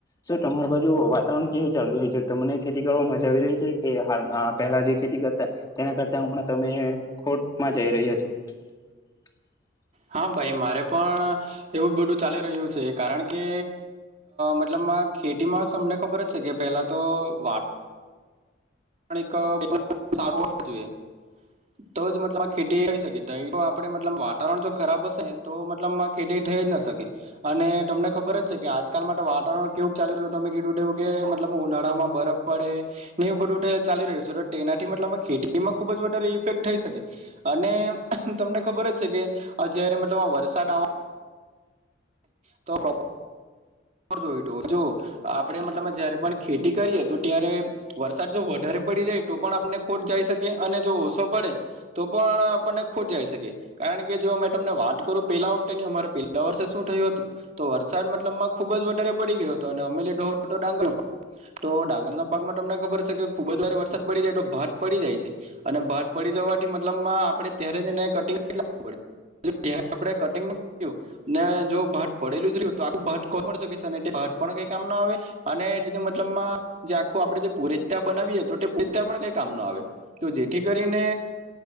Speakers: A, on the left; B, on the right.
A: છે તમારી બાજુ વાતાવરણ કેવી ચાલુ રહ્યું છે તમને ખેતી કરવા મજા આવી કે પેલા જે ખેતી કરતા તેના કરતા હણાં તમે ખોટમાં જઈ રહ્યા છો <inaudible>
B: હા ભાઈ મારે પણ એવું બધું ચાલી રહ્યું છે કારણ કે મતલબમાં ખેતીમાં તમને ખબર જ છે કે પહેલા તો વા પણ સારું હોવ જોઈએ તો જ મતલબ ખેતી આવી શકે તો આપડે મતલબ વાતાવરણ જો ખરાબ હશે તો મતલબ ખેતી થઈ જ ના શકે અને તમને ખબર જ છે કે આજકાલ માટે વાતાવરણ કેવું ચાલી રહ્યું તમે કીધું તેવું કે એ ઉનાળા માં બરફ પડે ને એવું બધું ચાલી રહ્યું છે તો તેનાથી મતલબ ખેતીમાં ખુબ જ વધારે ઇફેક્ટ થઈ શકે અને તમને ખબર જ છે કે જ્યારે મતલબ આ વરસાદ આવા તો <unintelligible> જો જો આપડે મતલબ જયારે પણ ખેતી કરીએ તો ત્યારે વરસાદ જો વધારે પડી જાય તો પણ આપને ખોટ જાય શકે અને જો ઓછો પડે તો પણ આપને ખોટ જાય શકે કારણ કે જો મેં તમને વાત કરું પેલા વખતે ની અમારે પેલા વર્ષે શું થયું હતું તો વરસાદ મતલબમાં ખુબ જ વધારે પડી ગયો હતો અને અમેલી ઢોળ હતો ડાંગરો પણ તો ડાંગરના પાકમાં તમને ખબર છે કે ખુબ જ વાર વરસાદ પડી જાય તો ભાત પડી જાય છે અને ભાત પડી જવાથી મતલબમાં આપણે ત્યારે ને કટીંગ લઈ લેવું પડે આપે કટીંગ ને જો ભાત પડેલું જ રહ્યું તો આખું ભાત હ પણ કઈ કામ ના આવે અને બીજું મતલબ જે આખું આપડે જે પુરે્યા બનાવી તો પછતા પણ કઈ કામ ન આવે તો જેથી કરીને